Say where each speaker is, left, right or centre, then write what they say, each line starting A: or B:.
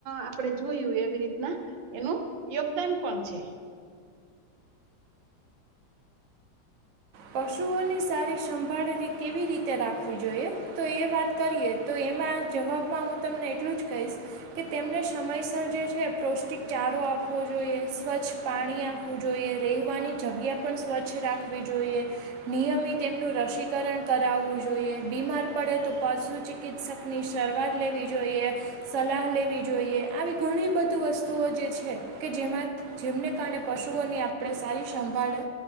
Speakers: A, on the right; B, on the right.
A: આપણેે જોયું એવી રીતના એનું યોગદાન પણ છે.
B: પશુઓની સારી સંભાળરી કેવી રીતે રાખવી જોઈએ? તો એ વાત કરીએ તો એમાં જવાબમાં હું તમને એટલું જ કહીશ. કે તેમને સમયસર જે છે પૌષ્ટિક ચારો આપવો જોઈએ સ્વચ્છ પાણી આપવું જોઈએ રહેવાની જગ્યા પણ સ્વચ્છ રાખવી જોઈએ. નિયમિત એમનું રસીકરણ કરાવવું જોઈએ બીમાર પડે તો પશુ ચિકિત્સક શરૂઆત લેવી જોઈએ. સલાહ લેવી જોઈએ આવી ઘણી બધી વસ્તુઓ જે છે કે જેમાં જેમને કારણે પશુઓની આપણે સારી સંભાળ